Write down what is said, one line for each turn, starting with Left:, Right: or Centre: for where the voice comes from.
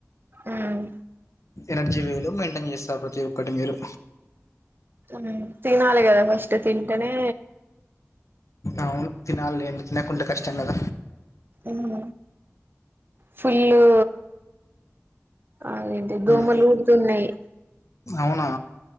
Right: ఉమ్
Left: ఎనర్జీ వేరు మైండ్ ఏం చేస్తారు ప్రతి ఒక్కటి మీరు
Right: మ్మ్ తినాలి కదా ఫస్ట్ తింటేనే
Left: అవును తినాల్లేండి తిన్నకుంటే కష్టం కద
Right: మ్మ్ ఫుల్లు అదేంటి దోమలు
Left: ఉమ్,
Right: కుడుతున్నాయి
Left: అవునా